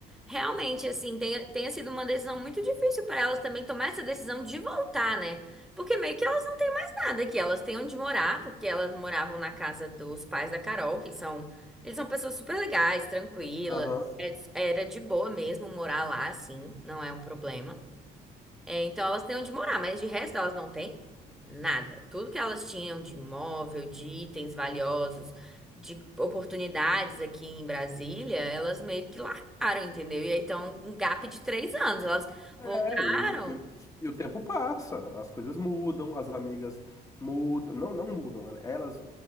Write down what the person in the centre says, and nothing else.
Realmente, assim, tenha, tenha sido uma decisão muito difícil para elas também tomar essa decisão de voltar, né? Porque meio que elas não têm mais nada aqui. Elas têm onde morar, porque elas moravam na casa dos pais da Carol, que eles são, eles são pessoas super legais, tranquilas.
É- Era de boa mesmo morar lá, assim, não é um problema. É, então elas têm onde morar, mas de resto elas não têm nada. Tudo que elas tinham de imóvel, de itens valiosos, de oportunidades aqui em Brasília, elas meio que largaram, entendeu? E aí tá um gap de três anos. Elas
voltaram.